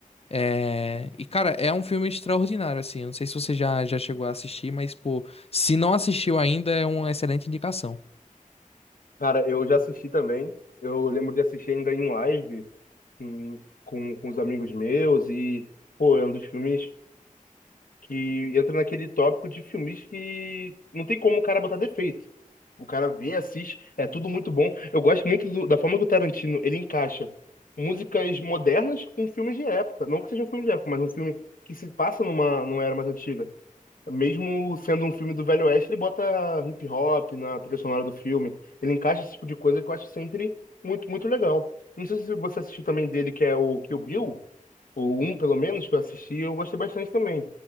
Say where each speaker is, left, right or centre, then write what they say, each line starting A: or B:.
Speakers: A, on the left (about 45°); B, on the left (about 75°).
A: É, E, cara, é um filme extraordinário, assim. Eu não sei se você já, já chegou a assistir, mas, pô, se não assistiu ainda, é uma excelente indicação.
B: cara, eu já assisti também. Eu lembro de assistir ainda em live com, com, com os amigos meus e, pô, é um dos filmes que entra naquele tópico de filmes que não tem como o cara botar defeito. O cara vê, assiste, é tudo muito bom. Eu gosto muito do- da forma que o Tarantino ele encaixa músicas modernas com filmes de época. Não que seja um filme de época, mas um filme que se passa numa, numa era mais antiga. Mesmo sendo um filme do Velho Oeste, ele bota hip hop na trilha sonora do filme. Ele encaixa esse tipo de coisa que eu acho sempre muito, muito legal. Não sei se você assistiu também dele, que é o Kill Bill. O um, pelo menos, que eu assisti, eu gostei bastante também.